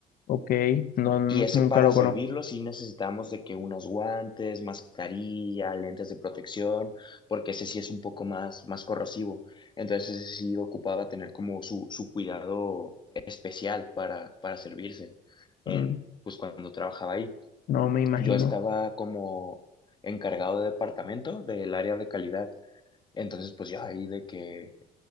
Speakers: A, on the left; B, on the left.
A: Ok, no, n-
B: Y ese
A: nunca
B: para
A: lo
B: servirlo
A: conozco.
B: sí necesitamos de que unos guantes, mascarilla, lentes de protección, porque ese sí es un poco más, más corrosivo. Entonces ese sí ocupaba tener como su, su cuidado especial para, para servirse en,
A: Mm,
B: pues cuando trabajaba ahí.
A: No me imagino.
B: Yo estaba como encargado de departamento del área de calidad. Entonces pues yo ahí de que